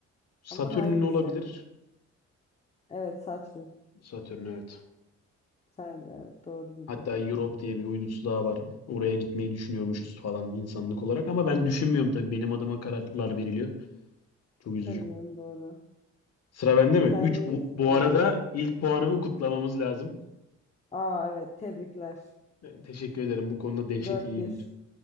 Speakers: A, on the left (about 55°); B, on the left (about 20°).
A: Satürn'ün
B: Ama hangisi?
A: olabilir.
B: Evet Satürn.
A: Satürn evet.
B: Sen de evet doğru bildin.
A: Hatta Europe diye bir uydusu daha var. Oraya gitmeyi düşünüyormuşuz falan insanlık olarak. Ama ben düşünmüyorum tabii. Benim adıma kararlar veriliyor. Çok üzücü.
B: Tabii canım doğru.
A: Sıra bende mi?
B: Sendeyiz.
A: 3. Bu
B: Evet.
A: arada ilk puanımı kutlamamız lazım.
B: Aa evet tebrikler.
A: E, Teşekkür ederim. Bu konuda dehşet
B: Dört
A: iyiyimdir.
B: bir.